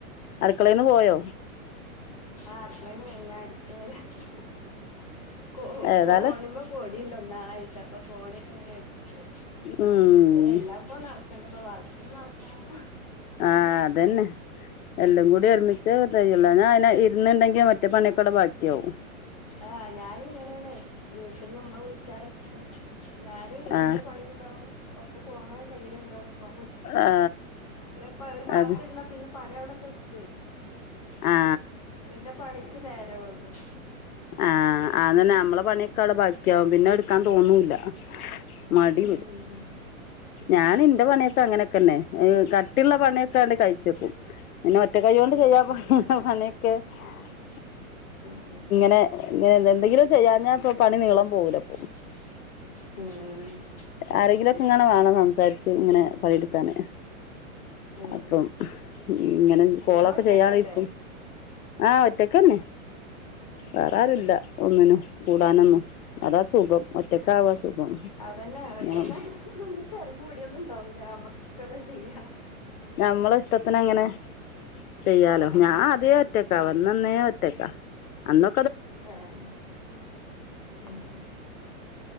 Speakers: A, on the left (about 85°); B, on the left (about 25°).
A: അടുക്കളന്ന് പോയോ
B: ആഹ് അടുത്തളേന്ന് പോയി ഞാൻ അടിച്ച കോ
A: ഏതായാലും
B: കോണ്പോ കോടിയണ്ട് ഒന്നായിട്ട് അപ്പൊ കോണിയൊക്കെ ഇങ്ങനെ അടിച്ചര
A: ഉം
B: എല്ലാം <unintelligible> കണ്ടപ്പോ വർക്കും നടക്കണം
A: ആഹ് അതന്നെ എല്ലകൂടി ഒരുമിച്ച് ഞാ അയി പിന്നെണ്ടെങ്കിൽ മറ്റേ പണിയൊക്കെ ബാക്കിയാവും.
B: ആഹ് ഞാന ഇങ്ങനെയാണ് വീട്ടിന്ന്മ്മ വിളിച്ചാരൊക്കെ ഞാന്
A: ആ
B: എന്റെ പണി ഇണ്ടാവും ഓക്ക് ഫോണും കയ്യിലുണ്ടാവും അപ്പം
A: ആ
B: അല്ലേ ഇപ്പ പാത്തിരുന്നാ
A: അത്
B: പിന്നെ പണി അവിടെ കെടക്
A: ആ
B: പിന്നെ പണീക്ക് നേരം വൈകും
A: ആഹ് അതന്നെ നമ്മളെ പണിയൊക്കെ അവിടെ ബാക്കിയാവും പിന്നെ എടുക്കാൻ തോന്നൂല്ല മടി
B: ഉം ഉം
A: ഞാൻ ഇൻ്റെ പണിയൊ അങ്ങനെക്കന്നെ കട്ടിയുള്ള പണിയൊക്കെ <unintelligible> പിന്നെ ഒറ്റ കൈ കൊണ്ടു
B: ഉം
A: ചെയ്യാ <unintelligible>
B: ആഹ് ആഹ്
A: ന്നെ എന്തെങ്കിലും ചെയ്യാഞ്ഞ പണി നീളം കൂടും
B: ഉം
A: ആരെങ്കിലൊക്കെ ഇങ്ങനെ വേണം സംസാരിച്ച് ഇങ്ങനെ പണിയെടുക്കാന്
B: ആഹ്
A: അപ്പം ഇങ്ങനെ
B: നിങ്ങള്
A: കോളൊക്കെ
B: ഒറ്റക്കല്ലേ
A: ചെയ്യാനിട്ടും ആഹ് ഒറ്റക്കന്നെ വേറാരും
B: ആഹ്
A: ഇല്ല ഒന്നിനും കൂടാനൊന്നും അതാ സുഖം ഒറ്റക്കാവാ സുഖം
B: തന്നെ ഒറ്റക്കൊന്നും
A: ഞാൻ
B: തിരക്ക് മടിയൊന്നും ഉണ്ടാവില്ല ഞമ്മക്ക് ഇഷ്ടൊള്ള ചെയ്യാം
A: ഞമ്മള ഇഷ്ടത്തിനങ്ങനെ ചെയ്യാനോ
B: ആഹ്
A: ഞാൻ ആദ്യവേ ഒറ്റക്കാ
B: ഉം
A: വന്നന്നേ ഒറ്റക്കാ അന്ന്
B: ഏഹ് ആഹ്